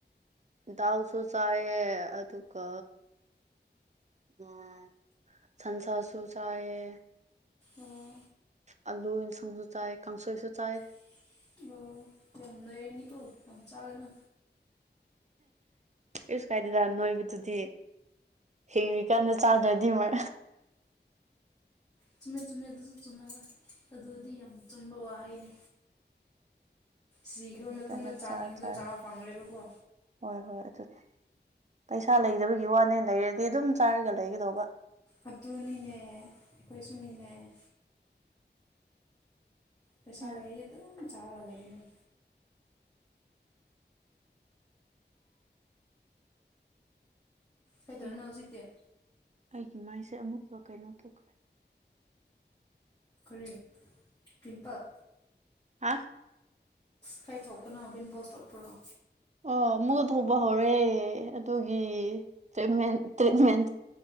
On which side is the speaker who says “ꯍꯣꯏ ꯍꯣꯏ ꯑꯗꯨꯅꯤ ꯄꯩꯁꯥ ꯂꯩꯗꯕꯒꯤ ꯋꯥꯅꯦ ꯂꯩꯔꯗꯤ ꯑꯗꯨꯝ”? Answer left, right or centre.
Right